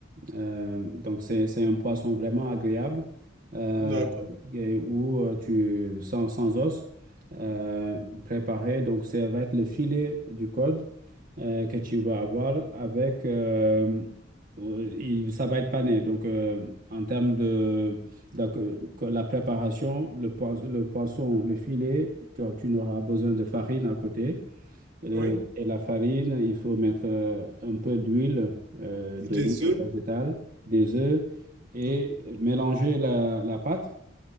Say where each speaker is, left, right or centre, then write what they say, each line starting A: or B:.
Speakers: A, on the right (about 45°); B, on the right (about 75°).
A: Euh, donc, c'est, c'est un poisson vraiment agréable euh,
B: D'accord.
A: et où euh, tu, sans, sans os, euh, préparé. Donc, ça va être le filet du code euh, que tu vas avoir avec. euh, euh, il- ça va être pané. Donc, euh, en termes de, donc, euh, que la préparation, le poisson, le poisson, le filet, tu, tu n'auras besoin de farine à côté. Euh,
B: Oui.
A: et la farine, il faut mettre euh, un peu d'huile euh, d'olive
B: Des
A: ou
B: œufs?
A: végétale, des œufs et
B: Oui.
A: mélanger la, la pâte.